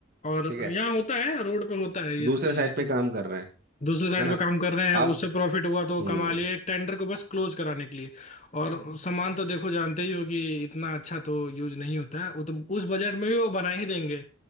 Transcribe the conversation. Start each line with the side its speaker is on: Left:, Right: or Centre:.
Left: और
Right: ठीक है
Left: यहाँ होता है रोड पे होता है ये
Right: दूसरे
Left: सब चीजें
Right: साइड
Left: तो
Right: पे काम कर रहे हैं
Left: दूसरे साइड
Right: है ना
Left: पे काम कर रहे हैं
Right: अब
Left: उससे प्रॉफिट हुआ तो
Right: हम्म
Left: कमा लिए एक टेंडर को बस क्लोज कराने के लिए और सामान तो देखो जानते ही हो कि इतना अच्छा तो यूज नहीं होता है वो तो उस बजट में भी वो बना ही देंगे